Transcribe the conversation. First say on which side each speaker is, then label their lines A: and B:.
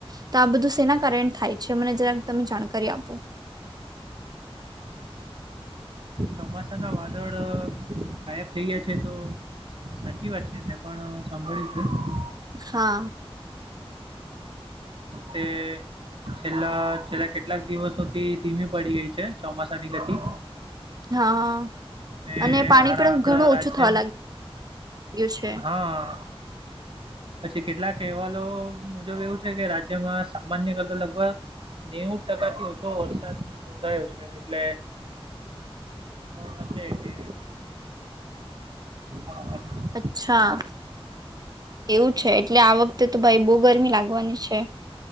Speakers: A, on the right; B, on the right.
A: તો આ બધું સેના કારન્ટ થાય છે મને જરાક તમે જાણકારી આપો
B: ચોમાસા ના વાદળ ગાયબ થઈ ગયા છે, તો સાચી વાત છે મેં પણ સાંભળ્યું છે.
A: હા
B: તે છેલ્લા છેલ્લા, કેટલાક દિવસોથી ધીમી પડી ગઈ છે ચોમાસાની ગતિ
A: હા
B: અને
A: પાણી
B: આ
A: પણ
B: આપણા
A: ઘણું
B: રાજ્યમ
A: ઓછું થવા લાગ્યું છે
B: હા પછી કેટલાક અહેવાલો મુજબ એવું છે, કે રાજ્યમાં સામાન્ય કરતા લગભગ નેવું ટકા થી ઓછો વરસાદ નોંધાયો છે, એટલે અચ્ આ વખતે હા.
A: અચ્છા એવું છે એટલે આ વખતે તો ભાઈ બહુ ગરમી લાગવાની છે.